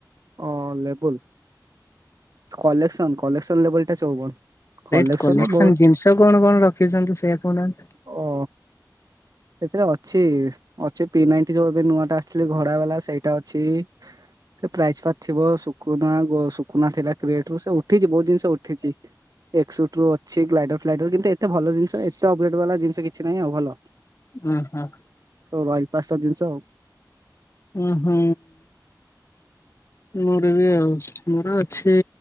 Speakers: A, on the right (about 55°); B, on the left (about 40°).
A: ଅ ଲେବଲୁ? କଲେକ୍ସନ୍, କଲେକ୍ସନ ଲେବଲ ଟା ଚଉବନ। କଲେକ୍ସନରେ
B: <unintelligible> କଲେସ
A: ବହୁତ
B: ଜିନିଷ କଣ କଣ ରଖିଛନ୍ତି ସେୟଆ କହୁନାହାନ୍ତି।
A: ଓ। ସେଥିରେ ଅଛି ଅଛି ପିନାଇଟ ଯୋଉ ଏବେ ନୂଆ ଟା ଆସିଥିଲି ଘଡା ବାଲା ସେଇଟା ଅଛି। ସେ ପ୍ରାଇଜ ପାର୍ ଥିବ ସୁଖନା ସୁକୁନା ଥିଲା <unintelligible> ସେ ଉଠିଛି ବହୁତ ଜିନିଷ ଉଠିଛି। ଏକ ସୁଟ ରୁ ଅଛି ଗ୍ଲାଇଡର ଫ୍ଲାଇଡର କିନ୍ତୁ ଏତେ ଭଲ ଜିନିଷ ଏତେ ଅପଗଡେଟ୍ ବାଲା ଜିନଷ କିଛି ନାହିଁ ଆଉ ଭଲ।
B: ହଁ, ହଁ।
A: ତୋ ବାଇପାସର ଜିନିଷ ଆଉ।
B: ଓହୋ। ମୋର ବି ଆଉ ମୋର ଅଛି